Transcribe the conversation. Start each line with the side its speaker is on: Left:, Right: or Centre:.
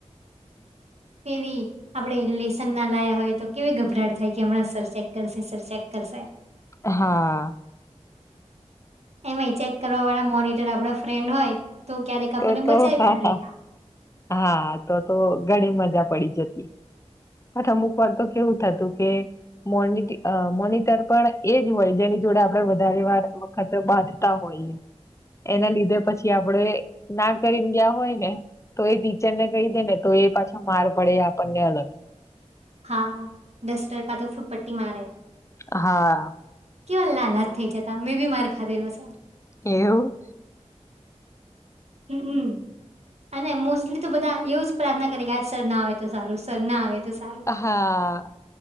Right: ફેવી આપડે લેશન ના લાયા હોય તો કેવી ઘભરાહટ થાય કે અમણાં સર ચેક કરશે સર ચેક કરશે.
Left: હા.
Right: એમાં ચેક કરવાવાળા મોનિટર આપડા ફ્રેન્ડ હોય તો ક્યારેક આપણને
Left: તોતો
Right: બચાવી
Left: હ
Right: પણ
Left: હ
Right: લેતા
Left: હા તો તો ઘણી મજા પડી જતી. પણ અમુકવાર તો કેવું થતું કે મોનિ મોનિટર પણ એજ હોય જેની જોડે આપડે વધારે વાર વખતે બાંધતા હોય એના લીધે પછી આપણેે ના કરીએ ન ગયા હોય ને તો એ ટીચરને કહી દે ને તો એ પાછા માર પડે આપણને એ અલગ.
Right: હા ડસ્ટર કા તો ફૂટપટ્ટી મારે.
Left: હા.
Right: કેવા લાલ હાથ થઈ જતા મેં બી માર ખાધેલો છે.
Left: એવું?
Right: હમ્મ હમ્મ. અને મોસ્ટલી તો બધાં એવું જ પ્રાર્થના કરે કે આજ સર ના આવે તો સારું સર ના આવે તો સારું.
Left: હા